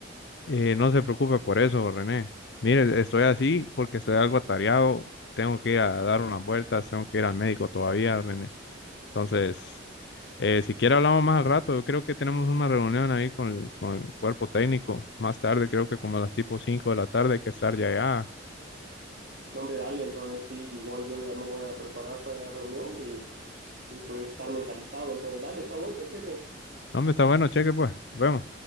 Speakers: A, on the left (about 60°); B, on the right (about 55°).
A: eh, no se preocupe por eso, René. Mire, estoy así porque estoy algo atareado, tengo que ir a dar unas vueltas, tengo que ir al médico todavía, René. Entonces, eh, si quiere hablamos más al rato. Yo creo que tenemos una reunión ahí con el, con el cuerpo técnico. Más tarde, creo que como a las tipo 5 de la tarde hay que estar ya allá.
B: No, hombre, dale, entonces sí, igual yo ya me voy a preparar para la reunión y, y pues estar mentalizado. Entonces, dale, está bueno, cheque.
A: No, Hombre, está bueno, cheque pues. Nos vemos.